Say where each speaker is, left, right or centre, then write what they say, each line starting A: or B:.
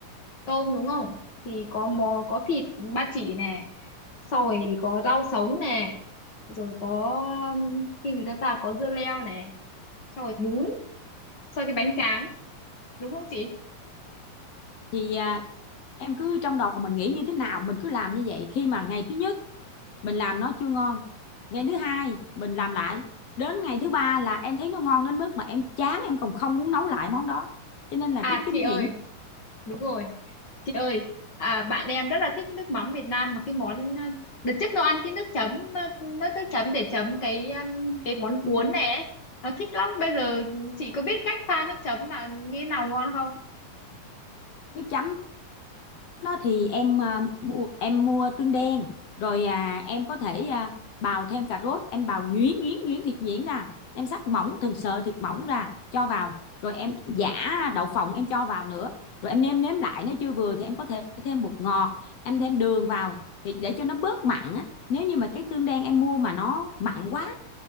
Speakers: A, on the left (about 45°); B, on the left (about 65°).
A: tôm đúng không thì có mò có thịt ba chỉ này sau rồi có rau sống nè rồi có um, cái gì đó ta có dưa leo nè sau rồi bún sau cái bánh tráng đúng không chị
B: thì à, em cứ trong đầu mình nghĩ như thế nào mình cứ làm như vậy khi mà ngày thứ nhất mình làm nó chưa ngon ngày thứ hai mình làm lại đến ngày thứ ba là em thấy nó ngon đến mức mà em chán em còn không muốn nấu lại món đó cho nên là
A: à
B: cái kinh
A: chị ơi
B: nghiệm
A: đúng rồi chị ơi à, bạn em rất là thích nước mắm Việt Nam mà cái món ờ, đợt trước nó ăn cái nước chấm ờ, nước nước chấm để chấm cái um, cái món cuốn này ấy. nó thích lắm bây giờ chị có biết cách pha nước chấm là như nào ngon không
B: nước chấm đó thì em à, mua, em mua tương đen rồi à, em có thể à, bào thêm cà rốt em bào nhuyễn nhuyễn nhuyễn thịt nhuyễn ra em sắc mỏng từng sợi thịt mỏng ra cho vào rồi em giã đậu phộng em cho vào nữa rồi em nêm nếm lại nếu chưa vừa thì em có thể thêm bột ngọt em thêm đường vào thì để cho nó bớt mặn á nếu như mà cái tương đen em mua mà nó mặn quá